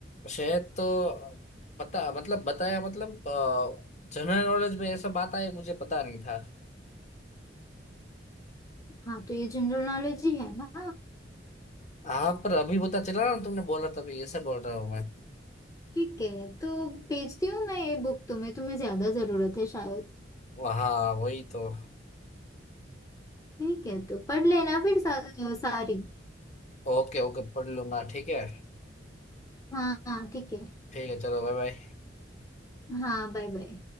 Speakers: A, on the left; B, on the left.
A: शहर तो पता मतलब बताया मतलब जनरल नॉलेज में ऐसा बात आई मुझे पता नहीं था
B: हाँ तो ये जनरल नॉलेज ही है ना
A: हाँ पर अभी पता चला ना तुमने बोला तभी ऐसे बोल रहा हूँ मैं
B: ठीक है तो भेजती हूँ मैं ये बुक तुम्हें तुम्हें ज्यादा जरूरत है शायद
A: हाँ वही तो
B: ठीक है तो पढ़ लेना फिर सा, सारी
A: ओके ओके पढ़ लूंगा ठीक है
B: हाँ हाँ ठीक है
A: ठीक है चलो बाय बाय
B: हाँ बाय बाय